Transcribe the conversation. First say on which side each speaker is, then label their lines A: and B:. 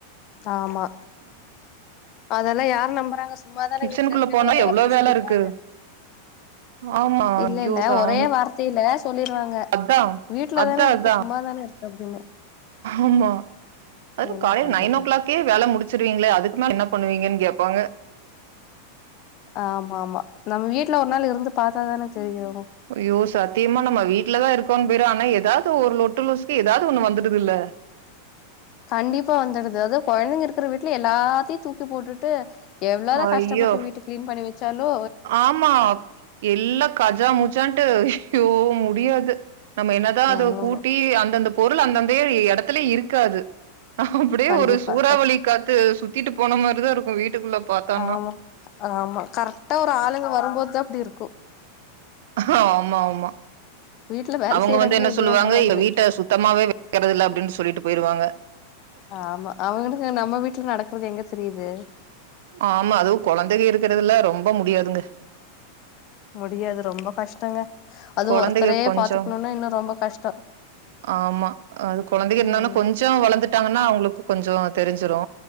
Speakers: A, on the left; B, on the right.
A: ஆமா அதெல்லா யார் நம்பறாங்க சும்மா தான
B: கிச்சனுக்குள்ள
A: வீட்ல இருக்கன்னு
B: போனா
A: ஒரே
B: எவ்ளோ
A: வார்த்தைய
B: வேல
A: சொல்லிருவாங்க
B: இருக்கு ஆமா
A: இல்ல
B: ஐயோ
A: இல்ல
B: சாமி
A: ஒரே வார்த்தையில சொல்லிருவாங்க
B: அதா
A: வீட்ல
B: அதா
A: தான இருக்க
B: அதா
A: சும்மாதான இருக்க அப்டின்னு
B: ஆமா அது
A: என்ன
B: காலையில
A: பண்றது
B: நைன் ஓ கிளாக்கே வேலை முடிச்சிருவீங்களே அதுக்கு மேல என்ன பண்ணுவீங்கன்னு கேட்பாங்க
A: ஆமா ஆமா நம்ம வீட்ல ஒரு நாள் இருந்து பாத்தாதான தெரியு
B: ஐயோ சத்தியமா நம்ம வீட்லதா இருப் போன் பேரு ஆனா ஏதாவது ஒரு லொட்டு லொஸ்க்கு ஏதாவது ஒண்ணு வந்துடுதுல்ல
A: கண்டிப்பா வந்துடுது அதாவது கொழந்தைங்க இருக்கற வீட்ல எல்லாத்தையு தூக்கி போட்டுட்டு எவ்ளோதா
B: ஐயோ
A: கஷ்டப்பட்டு வீட்ட கிளீன் பண்ணி வெச்சாலு
B: ஆமா எல்லா கஜா முஜான்டு அய்யோ முடியாது நம்ம என்னதா அத
A: ஆமா
B: கூட்டி அந்த அந்த பொருள் அந்த அந்தையே எடத்துலயே இருக்காது அப்டியே
A: கண்டிப்பா
B: ஒரு சூறாவளி காத்து சு தீட்டு போன மாரி தா இருக்கு வீட் வீட்டுக்குள்ள பாத்தோம்ன்னா
A: ஆமா ஆமா கரெக்டா ஒரு ஆளுங்க வரும்போது போது தா அப்பிடி இருக்கு
B: ஆஹ ஆமா ஆமா
A: வீட்ல வேல
B: அவங்க
A: செய்யறாங்களா
B: வந்து என்ன
A: இல்லையான்ற
B: சொல்லுவாங்க
A: மாதிரி
B: எங்க வீட்ட சுத்தமாவே வைக்கறது இல்ல அப்டின்னு சொல்லிட்டு போயிருவாங்க
A: ஆமா அவங்களுக்கு நம்ம வீட்ல நடக்குறது எங்க தெரியுது <inaudible>
B: ஆமா அதுவு கெழந்திங்க இருக்குறதுல ரொம்ப முடியாதுங்க
A: முடியாது ரொம்ப கஷ்டங்க அது
B: கெழந்தைய
A: ஒருத்தரே
B: கொஞ்சோ
A: பாத்துக்கணும்னா இன்னு ரொம்ப கஷ்டோ
B: ஆமா அது கெழந்தைக என்னன்னா
A: ம்
B: கொஞ்சோ வளந்துட்டாங்கன்னா அவங்களு கொஞ்சோ தெரிஞ்சிரு